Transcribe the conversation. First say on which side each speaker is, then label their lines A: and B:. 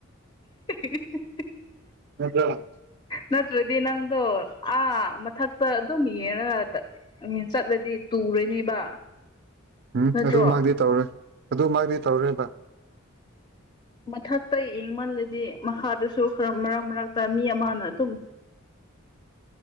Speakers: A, on the left; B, on the right.
A: <unintelligible>
B: ꯅꯠꯇ꯭ꯔ
A: ꯅꯠꯇ꯭ꯔꯗꯤ ꯅꯪꯗꯣ ꯑꯥ ꯃꯊꯛꯇ ꯑꯗꯨꯝ ꯌꯦꯅ ꯆꯠꯂꯗꯤ ꯇꯨꯔꯅꯤꯕ
B: ꯎꯝ
A: ꯅꯠꯇ꯭ꯔꯣ
B: ꯑꯗꯨꯃꯗꯤ ꯇꯧꯔꯦ ꯑꯗꯨꯃꯗꯤ ꯇꯧꯔꯣꯏꯕ
A: ꯃꯊꯛꯇ ꯌꯦꯡꯃꯜꯂꯗꯤ ꯃꯈꯥꯗꯨꯁꯨ ꯈꯔ ꯃꯔꯛ ꯃꯔꯛꯇ ꯃꯤ ꯑꯃꯅ ꯑꯗꯨꯝ